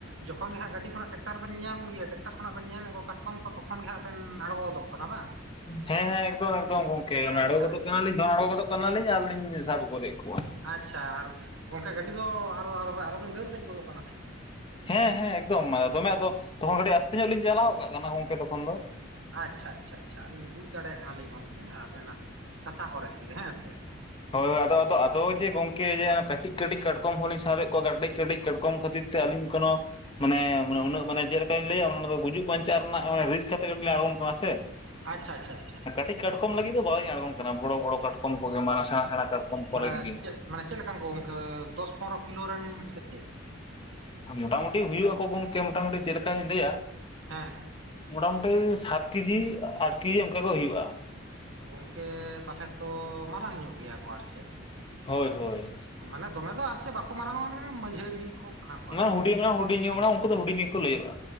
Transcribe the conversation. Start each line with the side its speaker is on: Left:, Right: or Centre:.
Right: ᱡᱚᱠᱷᱚᱱ ᱜᱮ ᱦᱟᱸᱜ ᱜᱟᱹᱰᱤ ᱠᱷᱱᱟᱜ ᱴᱮᱠᱴᱟᱨ ᱵᱮᱱ ᱧᱮᱧᱟᱢ ᱤᱭᱟᱹ ᱴᱮᱠᱴᱟᱨ ᱠᱷᱚᱱᱟᱜ ᱵᱮᱱ ᱧᱮᱧᱟᱢᱮᱫ ᱠᱚᱣᱟ ᱠᱟᱴᱠᱚᱢ ᱠᱚ ᱛᱚᱠᱷᱚᱱ ᱜᱮ ᱦᱟᱸᱜ ᱵᱮᱱ ᱟᱬᱜᱚ ᱜᱚᱫᱚᱜ ᱠᱟᱱᱟ ᱵᱟᱝ
Left: ᱦᱮᱸ ᱦᱮᱸ ᱮᱠᱫᱚᱢ ᱮᱠᱫᱚᱢ ᱜᱚᱝᱠᱮ
Right: ᱟᱪᱪᱷᱟ
Left: ᱟᱬᱜᱚ ᱜᱚᱫᱚᱜ
Right: ᱟᱪᱪᱷᱟ
Left: ᱠᱟᱱᱟᱞᱤᱧ ᱫᱚᱱ ᱟᱬᱚ ᱜᱚᱫᱚᱜ ᱠᱟᱱᱟᱞᱤᱧ ᱟᱨᱞᱤᱧ ᱥᱟᱵ ᱜᱚᱫᱮᱫ ᱠᱚᱣᱟ᱾
Right: ᱟᱪᱪᱷᱟ ᱟᱨ ᱜᱚᱝᱠᱮ ᱜᱟᱹᱰᱤ ᱫᱚ ᱟᱨᱚ ᱟᱨᱚᱵᱮᱱ ᱫᱟᱹᱲ ᱫᱮᱡ ᱜᱚᱫᱚᱜ ᱠᱟᱱᱟ ᱥᱮᱪᱮᱫ?
Left: ᱦᱮᱸ ᱦᱮᱸ ᱮᱠᱫᱚᱢ ᱫᱚᱢᱮ ᱟᱫᱚ ᱛᱚᱠᱷᱚᱱ ᱠᱟᱹᱴᱤᱡ ᱟᱥᱛᱮ ᱧᱚᱜ ᱞᱤᱧ ᱪᱟᱞᱟᱣ ᱜᱚᱜ ᱠᱟᱜ ᱠᱟᱱᱟ ᱜᱚᱝᱠᱮ ᱛᱚᱠᱷᱚᱱ ᱫᱚ᱾
Right: ᱟᱪᱪᱷᱟ ᱟᱪᱪᱷᱟ ᱟᱪᱪᱷᱟ ᱟᱹᱞᱤᱧ ᱵᱩᱡ ᱫᱟᱲᱮᱭᱟᱜ ᱠᱟᱱᱟᱞᱤᱧ ᱜᱚᱝᱠᱮ ᱟᱵᱮᱱᱟᱜ ᱠᱟᱛᱷᱟ ᱠᱚᱨᱮ ᱜᱮ ᱦᱮᱸ ᱥᱮ᱾
Left: ᱦᱳᱭ ᱦᱳ ᱟᱫᱚ ᱟᱫᱚ ᱟᱫᱚᱳ ᱡᱮ ᱜᱚᱝᱠᱮ ᱡᱮ ᱠᱟᱹᱴᱤᱡ ᱠᱟᱹᱴᱤᱡ ᱠᱟᱴᱠᱚᱢ ᱦᱚᱞᱤᱧ ᱥᱟᱵᱮᱫ ᱠᱚᱣᱟ ᱠᱟᱹᱴᱤᱡ ᱠᱟᱹᱴᱤᱡ ᱠᱟᱴᱠᱚᱢ ᱠᱷᱟᱹᱛᱤᱨ ᱛᱮ ᱟᱹᱞᱤᱧ ᱠᱚᱱᱳ ᱢᱟᱱᱮ ᱢᱟᱱᱮ ᱩᱱᱟᱹᱜ ᱢᱟᱱᱮ ᱪᱮᱫ ᱞᱮᱠᱟᱧ ᱞᱟᱹᱭᱟ ᱚᱱᱟ ᱫᱚ ᱜᱩᱡᱩᱜ ᱵᱟᱧᱪᱟᱜ ᱨᱮᱱᱟᱜ ᱨᱤᱥᱠ ᱠᱟᱛᱮᱜ ᱜᱮ ᱜᱮᱞᱤᱧ ᱟᱬᱜᱚᱱ ᱠᱟᱱᱟ ᱥᱮ,
Right: ᱟᱪᱪᱷᱟ ᱟᱪᱪᱷᱟ ᱟᱪᱪᱷᱟ
Left: ᱠᱟᱴᱤᱡ ᱠᱟᱴᱠᱚᱢ ᱞᱟᱹᱜᱤᱫ ᱫᱚ ᱵᱟᱹᱞᱤᱧ ᱟᱬᱜᱚᱱ ᱠᱟᱱᱟ ᱵᱚᱲᱚ ᱵᱚᱲᱚ ᱠᱟᱴᱠᱚᱢ ᱠᱚᱜᱮ ᱢᱟᱱᱮ ᱥᱮᱬᱟ ᱥᱮᱬᱟ ᱠᱟᱴᱠᱚᱢ ᱠᱚ
Right: ᱢᱟᱱᱮ
Left: ᱞᱟᱹᱜᱤᱫ ᱜᱮ᱾
Right: ᱪᱮᱫ ᱢᱟᱱᱮ ᱪᱮᱫ ᱞᱮᱠᱟᱱ ᱠᱚ ᱜᱚᱝᱠᱮ ᱫᱚᱥ ᱯᱚᱱᱨᱚ ᱠᱤᱞᱳ ᱨᱮᱱ ᱥᱮ ᱪᱮᱫ?
Left: ᱢᱚᱴᱟᱢᱩᱴᱤ ᱦᱩᱭᱩᱜ ᱟᱠᱚ ᱜᱚᱝᱠᱮ ᱢᱚᱴᱟᱢᱩᱴᱤ ᱪᱮᱫ ᱞᱮᱠᱟᱧ ᱞᱟᱹᱭᱟ,
Right: ᱦᱮᱸ
Left: ᱢᱳᱴᱟᱢᱩᱴᱤ ᱥᱟᱛ ᱠᱮᱡᱤ ᱟᱴ ᱠᱮᱡᱤ ᱚᱱᱠᱟ ᱠᱚ ᱦᱩᱭᱩᱜᱼᱟ᱾
Right: ᱜᱚᱝᱠᱮ ᱛᱟᱦᱚᱞᱮ ᱛᱚ ᱢᱟᱨᱟᱝ ᱧᱚᱜ ᱜᱮᱭᱟ ᱠᱚ ᱟᱨ ᱪᱮᱫ᱾
Left: ᱦᱳᱭ ᱦᱳᱭ
Right: ᱢᱟᱱᱮ ᱫᱚᱢᱮ ᱫᱚ ᱟᱨ ᱪᱮᱫ ᱵᱟᱠᱚ ᱢᱟᱨᱟᱝᱚᱜᱼᱟ ᱢᱟᱱᱮ ᱢᱟᱹᱡᱷᱟᱹᱨᱤ ᱠᱚ, ᱠᱟᱱᱟ ᱠᱚ
Left: <unintelligible> ᱦᱩᱰᱤᱧ
Right: ᱟᱨ ᱪᱮᱫ
Left: ᱢᱟᱱᱮ ᱦᱩᱰᱤᱧ ᱧᱚᱜ ᱢᱟᱱᱮ ᱩᱱᱠᱩ ᱫᱚ ᱦᱩᱰᱤᱧ ᱜᱮᱠᱚ ᱞᱟᱹᱭᱟᱹᱜᱼᱟ᱾